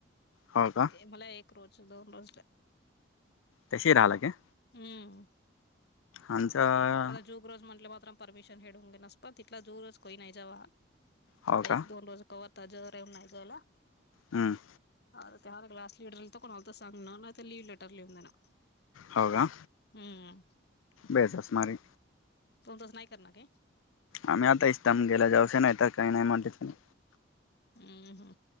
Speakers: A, on the left; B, on the left.
A: हो का
B: ते मला एक रोज दोन रोज
A: तशी राहिला का
B: हम्म
A: आमचं
B: आता जुग रोज म्हटले मात्र परमिशन हेडू घे नस पण तिथला जुग रोज कोही नाही जावा
A: हो
B: अरे
A: का
B: एक दोन रोज कववरताज रा येऊन नाहीजवला
A: हम
B: आ ते क्ला लिडरल ता कोणालता सांग ना नाता ललीव्ह लेटर लिऊ देना
A: हो का
B: हम्म
A: बेजस मारी
B: तणण तसं नाही करणार का
A: आम्ही आता इस्तामगेला जाऊश नाही तर काही नाही म्हट नाही
B: हम् ह